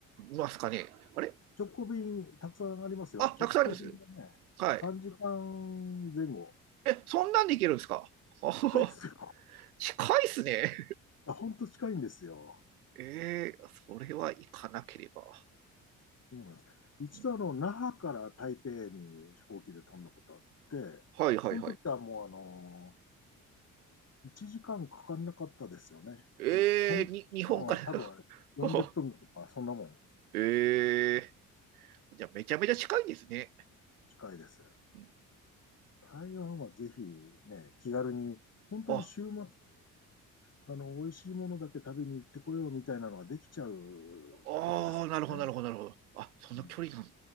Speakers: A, on the right; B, on the left.
A: ますかね。あれ
B: 直行便たくさんありますよ。
A: あ、
B: 直行便がね、
A: たくさんありますはい。
B: 3時間前後。
A: え、そんなんで行けるんですかあはは
B: 近いですよ
A: <laughs> 近いっすね。
B: <laughs>。本当近いんですよ。
A: ええそれは行かなければ。
B: そうなんです。一度あの、
A: うん
B: 那覇から台北に飛行機で飛んだことあって、
A: はいはいはい。
B: その時はもうあの、1時間かんかかんなかったですよね。
A: ええに、
B: 飛行機。飛んでる時間は多分あれ40分とかそんなもん
A: 日本から <laughs> ええーじゃあめちゃめちゃ近いんですね。
B: 近いです。
A: うん
B: 台湾はぜひね、気軽に、本当に週末、
A: あ、
B: あの、美味しいものだけ食べに行ってこようみたいなのができちゃう
A: ああ、
B: とこですからね。
A: なるほどなるほどなるほど。あ、そんな距離なんだ。
B: うん